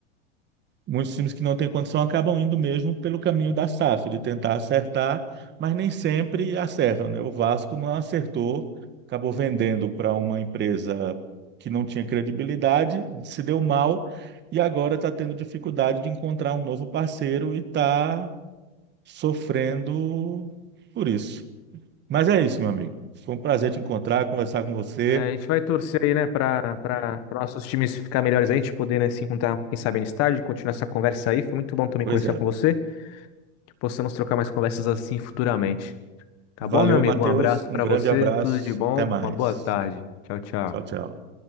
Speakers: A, on the right; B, on the left.
A: Muitos times que não têm condição acabam indo mesmo pelo caminho da SAF, de tentar acertar, mas nem sempre acertam, né? O Vasco não acertou, acabou vendendo para uma empresa que não tinha credibilidade, se deu mal e agora está tendo dificuldade de encontrar um novo parceiro e está sofrendo por isso. Mas é isso, meu amigo. Foi um prazer te encontrar, conversar com você.
B: É, a gente vai torcer aí, né, para para nossos times ficar melhores aí, a gente poder, né, se encontrar, quem sabe, no estádio, continuar essa conversa aí. Foi muito bom também
A: Pois
B: conversar
A: é.
B: com você, que possamos trocar mais conversas assim futuramente. Tá
A: Valeu,
B: bom, meu amigo?
A: Matheus.
B: Um abraço
A: Um
B: para
A: grande
B: você,
A: abraço.
B: tudo de bom,
A: Até mais.
B: uma boa tarde. Tchau, tchau.
A: Tchau, tchau.